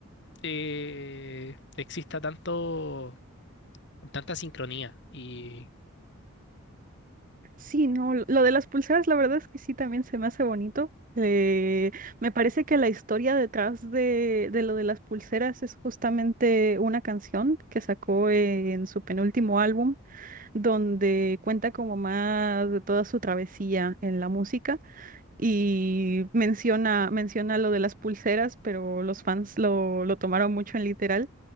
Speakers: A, on the left; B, on the right.
A: eh, exista tanto, tanta sincronía. Y
B: Sí, no, lo lo de las pulseras, la verdad es que sí, también se me hace bonito. Eh, me parece que la historia detrás de, de lo de las pulseras es justamente una canción que sacó en su penúltimo álbum, donde cuenta como más de toda su travesía en la música y menciona, menciona lo de las pulseras, pero los fans lo, lo tomaron mucho en literal